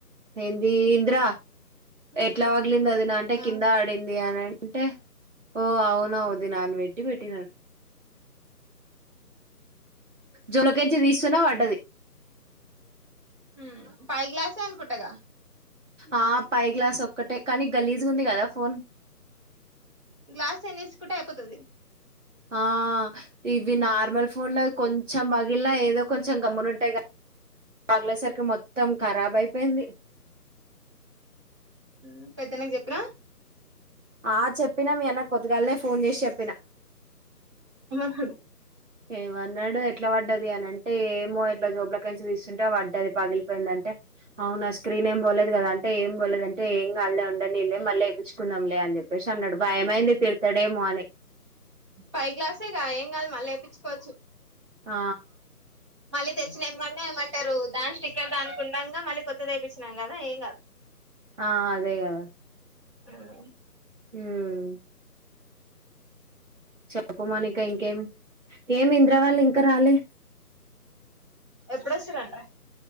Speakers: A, on the right; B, on the right.
A: ఎంది ఇంద్ర ఎట్లా వ పగిలింది వదిన అని అంటే
B: ఆ
A: కింద ఆడింది అని అంటే ఓ అవున వదిన అని పెట్టి పెట్టినా జొనకించి తీస్తున్నా వడ్డది
B: హు పై గ్లాసే అనుకుంటాగా
A: ఆ పై గ్లాస్ ఒక్కటే కానీ గలీజు ఉంది గదా ఫోన్
B: గ్లాస్ క్స్చేంజి చేచుకుంటే అయిపోతుది
A: ఆ ఇవి నార్మల్ ఫోన్ లో కొంచెం పగిలిన ఏదో కొంచెం గమ్మున ఉంటాయి క పగిలే సరికి మొత్తం ఖరాబ్ అయిపోయింది
B: ఉ పెద్దన్నకి చెపిన
A: ఆ చెప్పినా మీ అన్న పోదుగాలనే ఫోన్ చేసి చెప్ప పిన
B: హలో
A: ఏమన్నాడు ఎట్లా పడ్డది అన అంటే ఏమో ఎట్లా జోబ్ల కైన్స్ తీస్తుంటే పడ్డది పగిలిపోయిందంటే అవునా స్క్రీన్ ఏం పోలేదు కదా అంటే ఏం పోలేదుంటే ఏం అళ్లే ఉండదు నీళ్ళ మళ్ళీ వయిించుకుందాం లే అని చెప్పేసి అన్నాడు భయమైంది తిడతాడేమో అని
B: పై గ్లాసేగా ఏం కాదు మళ్ళీ లేయిించుకోవచ్చు
A: ఆ
B: మళ్ళీ తెచ్చిన ఏమ్మన్నా ఏమంటారు దాని స్టిక్కర్ దానికి ఉండంగా మళ్ళీ కొత్తది ఎపిచినం కదా ఏం కాదు
A: ఆ అదే గదా
B: ఉ
A: హామ్ చెపూ మనికా ఇంకేం ఏమి ఇంద్ర వాళ్ళు ఇంకా రాలే
B: ఎప్పుడొస్టేరంట